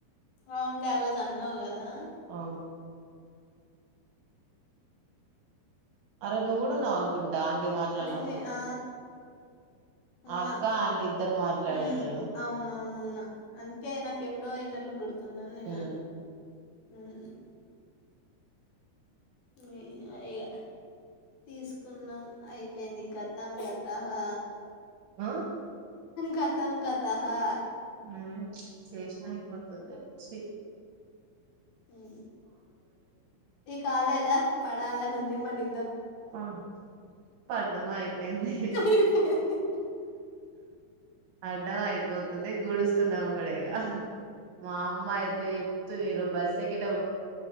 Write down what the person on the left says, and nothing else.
అవును కదా ఆరోజు అన్నవ్ గదా
అదే ఆ ఉన్నా
హ్మ్
అవునవునున్నా అందుకే నాకు ఎప్పుడో ఇన్నట్లు గుర్తు మత్త ఉందని నేను
అన్న అమ్ అమ్ ఇగా తీసుకున్నాం అయిపోయింది గతం గత హా
గతం గత హా
ఉమ్ ఈ కాలలా పడాలని ఉందమ్మని
అయిపోయింది